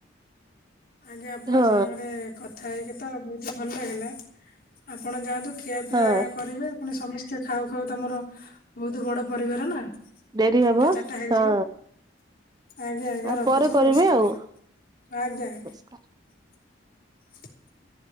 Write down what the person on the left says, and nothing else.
ଆଜ୍ଞା ଆପଣଙ୍କ
ସାଙ୍ଗରେ କଥା ହେଇକି ତ ବହୁତ ଭଲ ଲାଗିଲା ଆପଣ ଯାଆନ୍ତୁ ଖିଆପିଆ
କରିବେ। ପୁଣି ସମସ୍ତେ ଖାଉ ଖାଉ ତମର ବହୁତ ବଡ ପରିବାର ନା।
ତିନିଟା
ଚାରିଟା ହେଇଯିବ।
ଆଜ୍ଞା-ଆଜ୍ଞା
ରଖୁଛିୁ
ନମସ୍କାରେ।
ଆଜ୍ଞା ଆ
<inaudible>